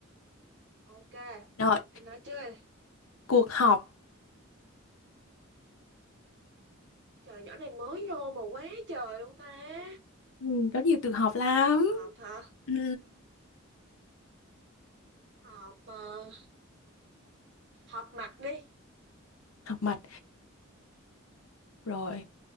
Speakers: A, on the right; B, on the left.
A: Ok,
B: Rồi,
A: thì nói chơi.
B: cuộc họp.
A: Trời nhỏ này mới vô mà quá trời luôn ta.
B: Ừ, có nhiều từ họp lắm.
A: Họp hả?
B: Ừ,
A: Họp ờ, họp mặt đi.
B: họp mặt. rồi